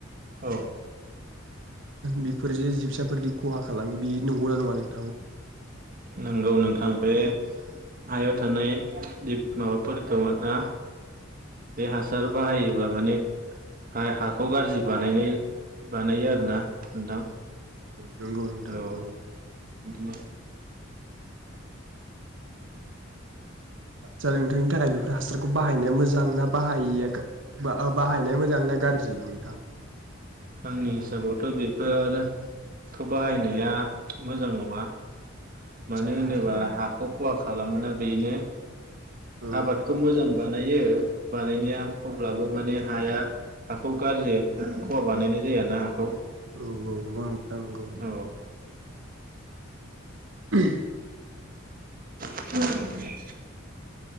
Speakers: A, on the right; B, on the right.
A: औ
B: बेफोर जे जिबसाफोरदि खहा खालामो बे नंगौना नङा नों
A: नंगौ नोंथां बे हायाव थानाय बि माबाफोरखौ माने बे हासार बाहायोब्ला माने हाखौ गाज्रि बानायनाय बानायो आरोना नोंथां
B: नोंगौ नोंथां
A: औ
B: नोंगौ
A: बिदिनो
B: आदसा नोंथांनि थाखाय बेफोर हासारखौ बाहायनाया मोजां ना बाहायिया बाहायनाया मोजां ना गाज्रि नोंथां
A: आंनि हिसाबावथ' बेफोरखौ बाहायनाया मोजां नङा
B: आदसा
A: मानो होनोबा हाखौ खहा खालामोना बेनो
B: औ
A: आबादखौ मोजां बानायो बानायनाया अब्लाबो माने हाया हाखौ गाज्रि खहा बानायनाय जायो आरोना हाखौ
B: औ औ नंगौ नोंथां नंगौ
A: औ
B: <inaudible>
A: औ